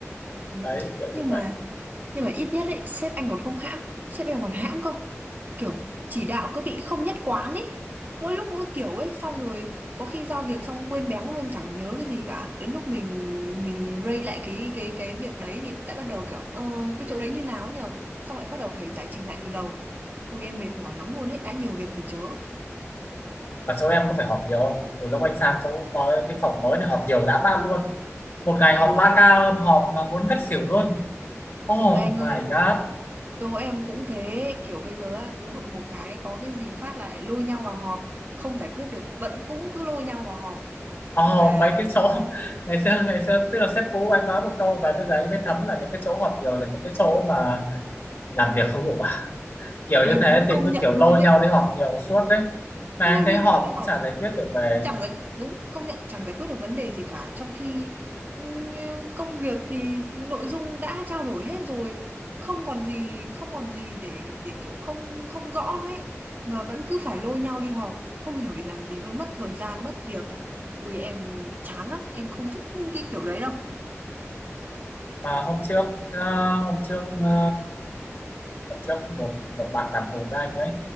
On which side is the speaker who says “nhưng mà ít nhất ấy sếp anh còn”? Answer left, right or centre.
Right